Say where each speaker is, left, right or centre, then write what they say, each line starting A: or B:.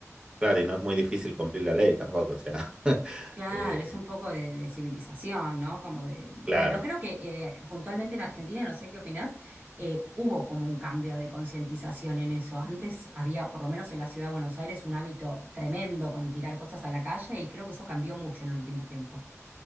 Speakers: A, on the right; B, on the right.
A: claro, y no es muy difícil cumplir la ley tampoco, o sea, <laughs>
B: Claro,
A: eh,
B: es un poco de, de civilización, ¿no? Como de,
A: claro.
B: bueno, creo que eh, puntualmente en Argentina, no sé qué opinás, eh, hubo como un cambio de concientización en eso. Antes había, por lo menos en la ciudad de Buenos Aires, un hábito tremendo con tirar cosas a la calle y creo que eso cambió mucho en el último tiempo.